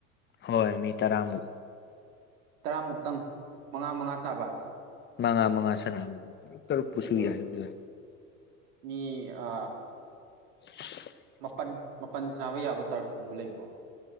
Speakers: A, on the left; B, on the right.
A: ꯍꯣꯏ ꯃꯤ ꯇꯔꯥꯃꯨꯛ
B: ꯇꯔꯥꯃꯨꯛꯇꯪ ꯃꯉꯥ ꯃꯉꯥ ꯁꯥꯕ
A: ꯃꯉꯥ ꯃꯉꯥ ꯁꯅꯥꯕ ꯇꯔꯨꯛ ꯇꯔꯨꯛ ꯄꯨꯨꯁꯨ
B: ꯑꯗꯨ
A: ꯌꯥꯏꯌꯦꯕ
B: ꯃꯤ ꯑꯥ
A: <unintelligible>
B: ꯃꯥꯄꯟ ꯃꯥꯄꯟ ꯁꯅꯥꯕ ꯌꯥꯕ ꯇꯔꯐꯀꯨꯝꯕ ꯂꯩꯕ꯭ꯔꯣ